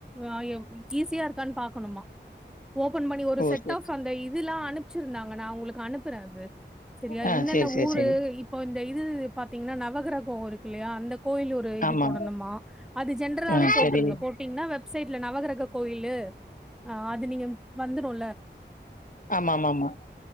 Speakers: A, in the centre; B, on the left.
A: அ ஈஸியா இருக்கான் பாக் ணு மா ஓப்பன் பண்ணி ஒரு
B: ஓ
A: செட்
B: சரி
A: ஆஃப்
B: சரி
A: அந்த இதுல்லா அனுப்ச்சிருந்தாங்க நா ஒங்களுக்கு அனுப்புற அது செரியா
B: ஆ
A: என்னென்ன
B: சரி சரி
A: ஊரு
B: சரி
A: இப்ப இது பாத்தீங்கன்னா நவகிரகோ இருக்கு இல்லையா அந்த கோயில் ஒரு இது
B: ஆமா
A: போடனுமா அது ஜென்ரலாவே
B: ஆ
A: போட்ருங்க
B: சரி
A: போட்டீங்கன்னா வெப்சைட்ல நவகிரக கோயில் கோயிலு ஆ அது நீங்க வந்துருல்ல
B: ஆமா ஆமா ஆமா